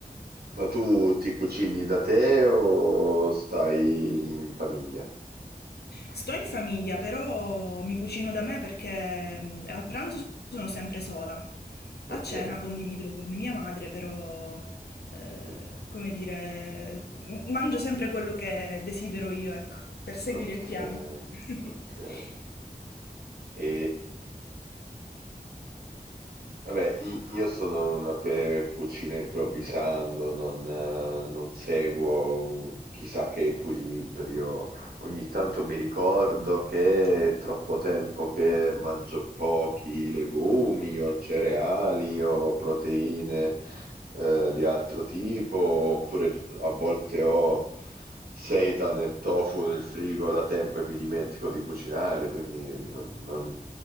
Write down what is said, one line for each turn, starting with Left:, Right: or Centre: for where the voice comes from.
Right: Ma tu ti cucini da te o stai in famiglia?
Left: Sto in famiglia, però mi cucino da me perché mm, al pranzo sono sempre sola. A
Right: Okay,
Left: cena condivido con mia madre, però, eh,
Right: mh,
Left: come dire, m- mangio sempre quello che desidero io, ecco, per seguire
Right: okay,
Left: il piano. <laughs>
Right: okay. E Vabbè, i- io sono uno che cucina improvvisando, non, eh, non seguo un chissà che equilibrio. Ogni tanto mi ricordo che è troppo tempo che mangio pochi legumi o cereali o proteine, eh, di altro tipo, oppure a volte ho seitan e tofu nel frigo da tempo e mi dimentico di cucinare, quindi non non-